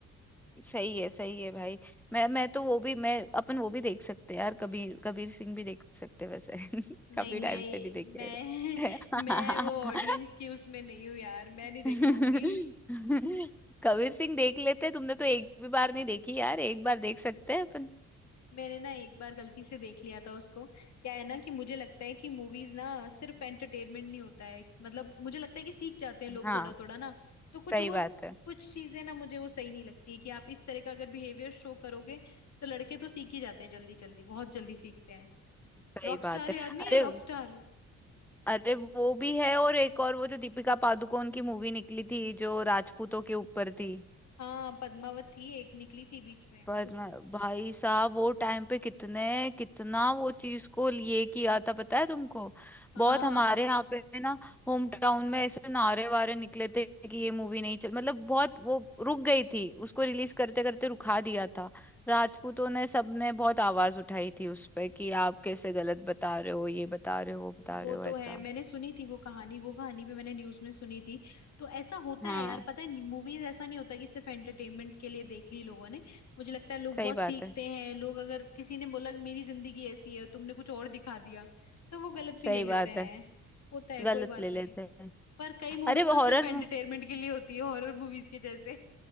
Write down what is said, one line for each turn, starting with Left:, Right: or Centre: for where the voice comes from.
Centre: सही है सही है भाई मैं मैं तो वो भी मैं अपन वो भी देख सकते हैं यार कबीर कबीर सिंह भी देख सकते हैं वैसे <laughs>
Left: नहीं
Centre: काफी
Left: मैं
Centre: टाइम
Left: ये
Centre: से नहीं देखे
Left: मैं
Centre: <laughs>
Left: <laughs> मैं वो ऑडियंस की उसमें नहीं हूँ यार मैं नहीं देख
Centre: <laughs>
Left: पाऊंगी
Centre: कबीर सिंह देख लेते तुमने तो एक भी बार नहीं देखी यार एक बार देख सकते हैं अपन
Left: मैंने ना एक बार गलती से देख लिया था उसको क्या है ना कि मुझे लगता है कि मूवीज ना सिर्फ एंटरटेनमेंट नहीं होता है मतलब मुझे लगता है कि सीख जाते हैं लोग
Centre: हाँ
Left: थोड़ा थोड़ा ना तो कुछ
Centre: सही
Left: वो
Centre: बात है
Left: कुछ चीजें ना मुझे वो सही नहीं लगती है कि आप इस तरह का अगर बिहेवियर शो करोगे तो लड़के तो सीख ही जाते हैं जल्दी जल्दी बहुत जल्दी सीखते हैं
Centre: सही
Left: रॉकस्टार
Centre: बात है
Left: याद नहीं
Centre: अरे
Left: है रॉकस्टार
Centre: अरे वो भी है और एक और वो जो दीपिका पादुकोण की मूवी निकली थी जो राजपूतों के ऊपर थी
Left: हाँ पद्मावत थी एक निकली थी बीच में उस
Centre: पर ना- भाई साहब वो टाइम पे कितने कितना वो चीज को लिए किया था पता है तुमको
Left: हाँ
Centre: बहुत हमारे यहाँ पे ना होम टाउन में ऐसे नारे वारे निकले थे कि ये मूवी नहीं चल मतलब बहुत वो रुक गई थी उसको रिलीज करते करते रुखा दिया था राजपूतों ने सबने बहुत आवाज उठाई थी उस पे कि आप कैसे गलत बता रहे हो ये बता रहे हो वो बता
Left: वो
Centre: रहे हो
Left: तो
Centre: ऐसा
Left: है मैंने सुनी थी वो कहानी वो कहानी भी मैंने न्यूज में सुनी थी तो ऐसा होता
Centre: हाँ
Left: है यार पता है मूवीज ऐसा नहीं होता कि सिर्फ एंटरटेनमेंट के लिए देख ली लोगों ने मुझे लगता है लोग
Centre: सही
Left: बहुत
Centre: बात
Left: सीखते
Centre: है
Left: हैं लोग अगर किसी ने बोला मेरी जिंदगी ऐसी है तुमने कुछ और दिखा दिया तो वो गलत
Centre: सही
Left: भी ले लेते
Centre: बात
Left: हैं
Centre: है
Left: होता है कोई
Centre: गलत
Left: बात
Centre: ले लेते
Left: नहीं
Centre: हैं
Left: पर कई मूवीज
Centre: अरे वो
Left: तो सिर्फ
Centre: हॉरर
Left: एंटरटेनमेंट के लिए होती है हॉरर मूवीज के जैसे